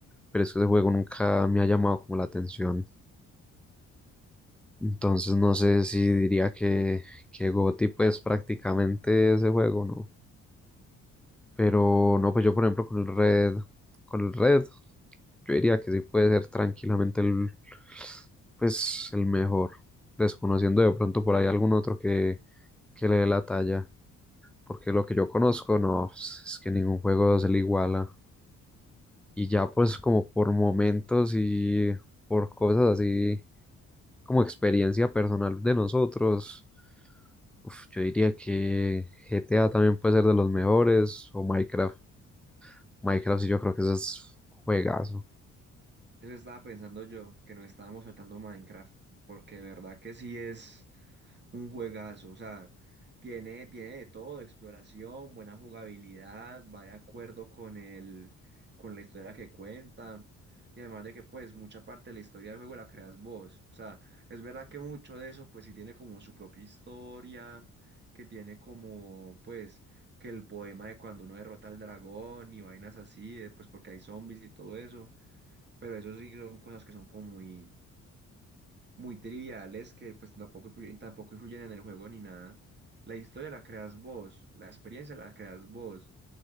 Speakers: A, in the centre; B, on the right.
A: pero es que ese juego nunca me ha llamado como la atención. Entonces no sé si diría que, que GOTY pues prácticamente ese juego, ¿no? Pero no, pues yo por ejemplo con el Red, con el Red, yo diría que sí puede ser tranquilamente el, pues el mejor, desconociendo de pronto por ahí algún otro que, que le dé la talla, porque lo que yo conozco, no, pues, es que ningún juego se le iguala. Y ya pues como por momentos y por cosas así como experiencia personal de nosotros, uf, yo diría que GTA también puede ser de los mejores o Minecraft. Minecraft sí yo creo que ese es juegazo.
B: Eso estaba pensando yo, que nos estábamos saltando Minecraft, porque de verdad que sí es... Un juegazo, o sea, tiene, tiene de todo, exploración, buena jugabilidad, va de acuerdo con el, con la historia que cuenta. Y además de que pues mucha parte de la historia del juego la creas vos. O sea, es verdad que mucho de eso pues sí tiene como su propia historia, que tiene como pues que el poema de cuando uno derrota al dragón y vainas así, de, pues porque hay zombies y todo eso. Pero eso sí son cosas que son como muy, muy triviales que pues tampoco, influyen- tampoco influyen en el juego ni nada. La historia la creas vos, la experiencia la creas vos.